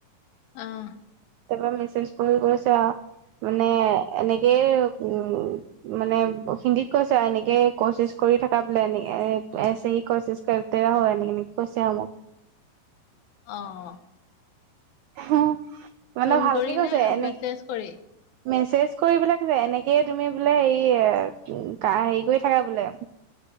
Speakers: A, on the left; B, on the right.
A: অ',
B: তাৰপা মেছেজ কৰি কৈছে আও মানে এনেকেই উম মানে হিন্দীত কৈছে আৰু এনেকে কচিচ কৰি থকা বোলে এনেক এছে হি কচিচ কৰত তে ৰহ হয় এনেকে -এনেক কৈছে আৰু মোক।
A: অ',
B: হম, মানে
A: ফোন
B: ভালকে
A: কৰি
B: কৈছে
A: নে
B: এনে
A: মেছেজ কৰি?
B: মেছেজ কৰিপেলাই কৈছে এনেকে তুমি বোলে এইয়ে উম, কা হেৰি কৰি থাকা বোলে